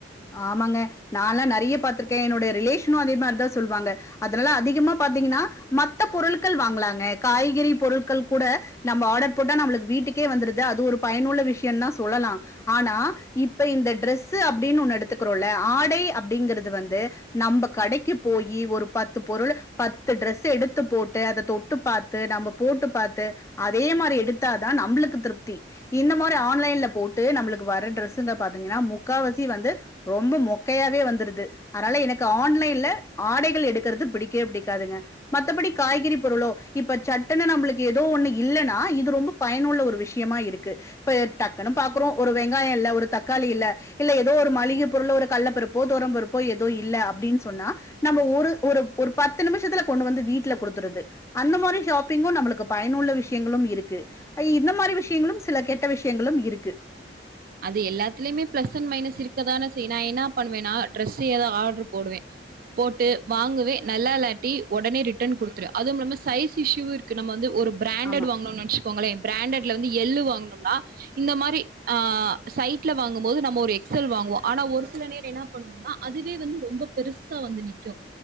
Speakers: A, on the left; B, on the right.
A: ஆமாங்க நா லா நறைய பாத்துருக்கே என்னோடைய ரிலேஷனு அதே மாரிதா சொல்லுவாங்க அதனால அதிகமா பாத்தீங்கன்னா மத்த பொருள்கள் வாங்கலாங்க காய்கறி பொருள்கள் கூட நம்ப ஆடர் போட்டா நம்புளுக்கு வீட்டுக்கே வந்துருது அது ஒரு பயனுள்ள விஷ்யோந் தா சொல்லலா ஆனா இப்ப இந்த ட்ரெஸு அப்டீன்னு ஒண்ணு எடுத்துக்கிறோல ஆடை அப்டீங்கறது வந்து நம்ப கடைக்கி போயி ஒரு பத்து பொருள் பத்து ட்ரெஸ்ஸு எடுத்து போட்டு அத தொட் ட்டு பாத்து நம்ப போட்டு பாத்து அதே மாரி எடுத்தாதா நம்புளுக்கு திருப்தி இந்த மாரி ஆன்லைன்ல போட்டு நம்முளுக்கு வர டிரெஸ்ஸுங்க பாத்தீங்கன்னா முக்கா வாசி வந்து ரொம்ப மொக்கையாவே வந்துருது அதனால ஆன்லைன்ல ஆடைகள் எடுக்குறது பிடிக்கவே பிடிக்காதுங்க மத்தபடி காய்கறி பொருளோ இப்ப சட்டனு நம்புளுக்கு எதோ ஒண்ணு இல்லன்னா இது ரொம்ப பயனுள்ள ஒரு விஷ்யமா இருக்கு இப்ப டக்குன்னு பாக்குறோ ஒரு வெங்காயோ இல்ல ஒரு தக்காளி இல்ல இல்ல ஏதோ ஒரு மளிக பொருள உள்ள ஒரு கள்ளப் பருப்போ தோரம் பருப்போ எதோ இல்ல அப்டீன் சொன்னா நம்ம ஒரு ஒரு ஒரு பத்து நிமிஷத்துல கொண்டு வந்து வீட்ல கொடுத்துருது அந்த மாரி ஷாப்பிங்கோ நம்புளுக்கு பயனுள்ள விஷ்யங்களும் இருக்கு அ இந்த மாரி விஷ்யங்களும் சில கெட்ட விஷ்யங்களும் இருக்கு
B: அது எல்லாத்துலயுமே பிளஸ் அண்ட் மைனஸ் இருக்கதானே செய் நா என்ன பண்ணுவே நா டிரஸு எதா ஆர்ட்ரு போடுவே போட்டு வாங்குவே நல்லா இளாட்டி ஒடனே ரிட்டன் குடுத்துருவே அதுவுமிம்லாம சைஸ் இஷுவு இருக்கு நம்ம வந்து ஒரு பிராண்டட்
A: ஆமா
B: வாங்னோனு நென்ச்சுக்கோங்களே பிராண்டட்ல வந்து எள்ளு வாங்கனும்னா இந்த மாரி அ சைட்ல வாங்கும்போது நம்மோ ஒரு எக்ஸல் வாங்குவோ ஆனா ஒரு சில நேர் என்ன பண்ணுவோனா அதுவே வந்து ரொம்ப பெருசா வந்து நிக்கோ